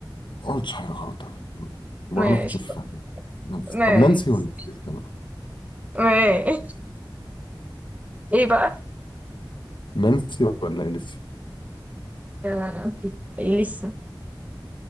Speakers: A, on the left; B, on the right.
A: ما قلتش حاجه غلط انا ما
B: ماشي
A: غلطتش في في نانسي
B: ماشي
A: طب نانسي ولا لسه بقى
B: ماشي ايه بقى؟
A: نانسي ولا إيه لسه
B: آه، ايه لسه